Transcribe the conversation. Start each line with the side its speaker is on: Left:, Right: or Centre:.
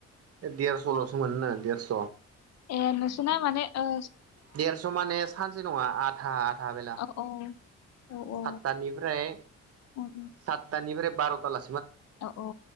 Right: देरसलसो मोनो देरस
Left: ए निसिना माने‌ अ
Right: देरस माने सानसे नङा आधा आधा बेला
Left: औ औ औ औ
Right: सातथानिफ्राय
Left: उम, उम,
Right: सातथानिफ्राय। बार'था ला
Left: औ औ